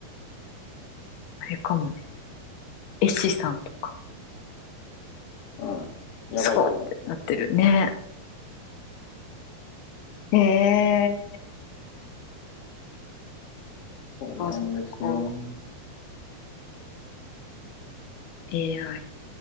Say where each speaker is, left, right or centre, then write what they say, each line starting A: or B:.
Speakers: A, on the left (about 80°); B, on the left (about 50°).
A: あれかもね。絵師さんとか、
B: うん。やばいと思う。
A: すごいってなってるね。へえ、
B: そうなんですよ。
A: あ、そっか。AI。